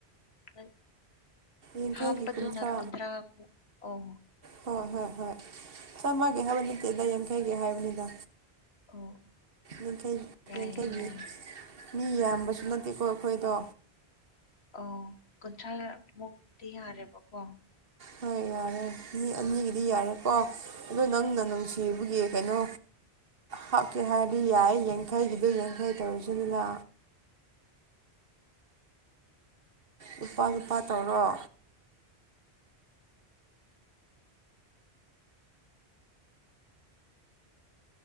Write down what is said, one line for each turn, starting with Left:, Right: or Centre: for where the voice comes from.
Left: ꯅꯡ
Right: ꯌꯥꯡꯈꯩꯒꯤ
Left: ꯍꯥꯞꯄꯗꯨꯅ
Right: ꯀꯨꯟꯊ꯭ꯔꯥ
Left: ꯀꯨꯟꯗ꯭ꯔꯥ ꯍꯥꯄ ꯑꯣ
Right: ꯍꯣꯏ ꯍꯣꯏ ꯍꯣꯏ ꯆꯝꯃꯒꯤ ꯍꯥꯏꯕ ꯅꯠꯇꯦꯗ ꯌꯥꯡꯈꯩꯒꯤ ꯍꯥꯏꯕꯅꯤꯗ
Left: ꯑꯣꯑꯣ
Right: ꯌꯥꯡꯈꯩ
Left: ꯌꯥꯏꯌꯦ
Right: ꯌꯥꯡꯈꯩꯒꯤ
Left: ꯌꯥꯏ
Right: ꯃꯤ ꯌꯥꯝꯕꯁꯨ ꯅꯠꯇꯦꯀꯣ ꯑꯩꯈꯣꯏꯗꯣ
Left: ꯑꯣ ꯀꯨꯟꯊ꯭ꯔꯥ ꯃꯨꯛꯗꯤ ꯌꯥꯔꯦꯕꯀꯣ
Right: ꯍꯣꯏ ꯌꯥꯢ ꯃꯤ ꯑꯅꯤꯒꯤꯗꯤ ꯌꯥꯔꯦꯀꯣ ꯑꯗꯣ ꯅꯪꯅ ꯅꯨꯡꯁꯤꯕꯒꯤ ꯀꯩꯅꯣ ꯍꯥꯞꯀꯦ ꯍꯥꯏꯔꯗꯤ ꯌꯥꯏ ꯌꯥꯡꯈꯩꯒꯤꯗꯨ ꯌꯥꯡꯈꯩ ꯇꯧꯔꯁꯨꯅ ꯂꯨꯄꯥ ꯂꯨꯄꯥ ꯇꯧꯔꯣ